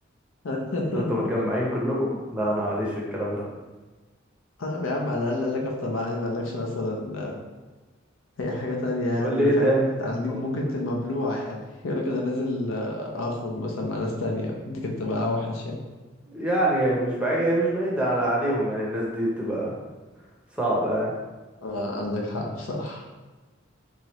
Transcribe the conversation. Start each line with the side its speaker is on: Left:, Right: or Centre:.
Left: <laughs>
Centre: كده انتوا متجمعين كلكم لا انا ماليش في الكلام ده
Left: طب يا عم على الأقل قال لك افطر مع أهلي ما قالكش مثلا هي حاجة تانية يعني
Centre: يقول لي ايه
Left: فاهم
Centre: تاني
Left: يعني دي
Centre: والله.
Left: ممكن تبقى مبلوعة يعني يقول لك أنا نازل آه، أخرج مثلا مع ناس تانية دي كانت تبقى أوحش يعني
Centre: يعني مش بعيد هي مش بعيدة على- عليهم يعني الناس دي بتبقى صعبة يعني
Left: آه، عندك حق بصراحة